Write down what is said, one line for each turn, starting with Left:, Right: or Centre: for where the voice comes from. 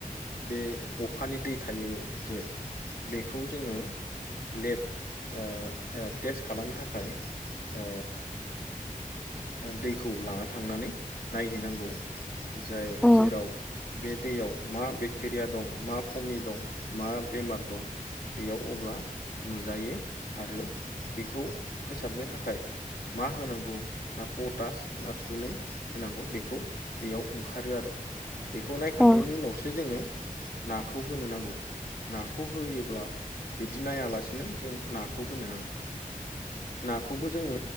Left: बे अखानि दै थायो जे बेखौ जोंङो लेब ओ ओ टेस्ट खालामनो थाखाय ओ ओ दैखौ लाना थांनानै नायहैनांगौ। जाय
Centre: औ
Left: जेराव बे दैयाव मा बे बेक्टेरिया दं मा खमि दं मा बेमार दं बेयाव अब्ला नुजायो। आरो बेखौ फोसाबनो थाखाय मा होनांगौ ना पटास ना सुनै होनांगौ बेखौ बेयाव ओंखारो आरो।
Centre: <inaudible>
Left: बेखौ नायखांनायनि
Centre: औ
Left: उनावसो जोङो नाखौ होनो नांगौ। नाखौ होयोब्ला बिदि नायालासिनो जों नाखौ होनो नाङा। नाखौबो जोङो